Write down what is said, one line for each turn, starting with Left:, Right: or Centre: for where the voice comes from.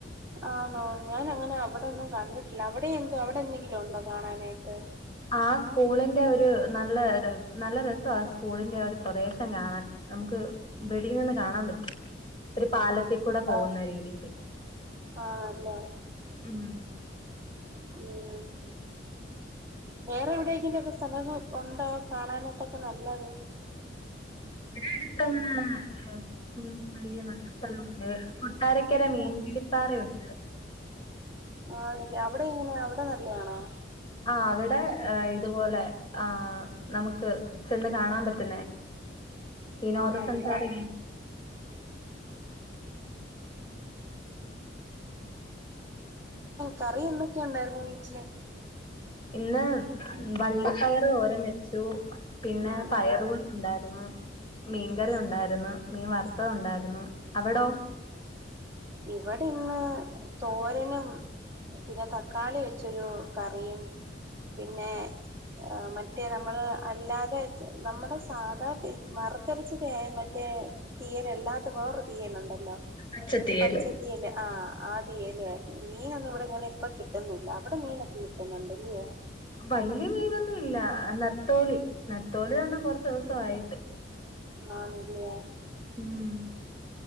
Right: ആണോ ഞാനങ്ങനെ അവിടൊന്നും കണ്ടിട്ടില്ല അവിടെ എന്തോ അവിടെ എന്തെങ്കിലും ഉണ്ടോ കാണാനായിട്ട്
Left: ആ സ്കൂളിന്റെ ഒരു നല്ല നല്ല രസം ആ സ്കൂളിന്റെ ഒരു പ്രദേശം കാണാൻ നമുക്ക് അ നിന്ന് കാണാൻ പറ്റും ഒരു പാലത്തിക്കൂടെ പോകുന്ന രീതിൽ
Right: ആ അല്ലേ
Left: ഉം
Right: ഉം വേറെ എവിടെയെങ്കിലും ഒക്കെ സ്ഥലം ഉണ്ടോ കാണാനായിട്ടൊക്കെ നല്ലത്
Left: ഇവിടെ അടുത്ത്ങ്ങന ഉ വലിയ നല്ല സ്ഥല കൊട്ടാരക്കര മീന് പിടിപ്പാറയുണ്ട്
Right: അന്ന്ല്ലേ അവിടെ ഇങ്ങനെ അവിടെ നല്ലയാണോ
Left: ആ അവിടെ ഇതുപോലെ ആ നമുക്ക് ചെന്ന് കാണാൻ പറ്റുന്നേ വിനോദസഞ്ചാരിക
Right: ആണല്ലേ <inaudible> കറി എന്തൊക്കെ ഉണ്ടായിരുന്നു വീട്ടില്
Left: ഇന്ന് വള്ളിപ്പയർ ഓര വെച്ചു പിന്നെ
Right: ഉം
Left: പയറുക
Right: ഉം
Left: ഉണ്ടായി മീൻകറി ഉണ്ടായിരുന്നു മീൻ വറുത്തത ഉണ്ടായിരുന്നു അവിടോ
Right: ഇവിടെന്ന് തോരനും പിന്നെ തക്കാളി വെച്ചൊരു കറിയും പിന്നെ മറ്റേ നമ്മള് അല്ലാതെ നമ്മുടെ സാധാ മറുത്തരിച്ചത് മറ്റേ തീയൻല്ലാത്ത വേറ തീയനുണ്ടല്ലോ?
Left: പച്ചത്തീയല്
Right: ഇ പച്ചതിയല് ആഹ ആ തീയല് ആയിരുന്നു മീനൊന്നും ഇവിടെ ഇങ്ങനെ ഇപ്പ കിട്ടുന്നില്ല അവിടെ മീനൊക്കെ കിട്ടുന്നുണ്ടല്ലേ
Left: വല്യ മീനൊന്നും ഇല്ല നത്തോലി നത്തോലി തന്നെ കൊറച്ച് ദിവസയിട്ട്
Right: ആന്ന് ഇല്ലേയ
Left: ഉം